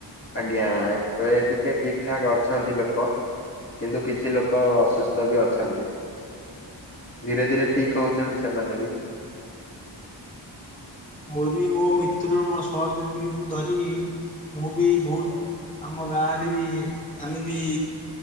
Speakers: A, on the left; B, on the left.
A: ଆଜ୍ଞା ଏ ପେ ଟିକେ ଠିକ ଠାକ ଅଛନ୍ତି ଲୋକ। କିନ୍ତୁ କିଛି ଲୋକ ଅସୁସ୍ଥ ବି ଅଛନ୍ତି। ଧୀରେ ଧୀରେ ଠିକ୍ ହଉଛନ୍ତି ସେମାନେ ବି।
B: ମୋର ବି ମୋ ମିତ୍ର ମୋ ସହଯୋଗୀ ଙ୍କୁ ଧରି ମୁଁ ବି ବହୁତ। ଆମ ଗାଁରେ ବି ଆମେ ବି।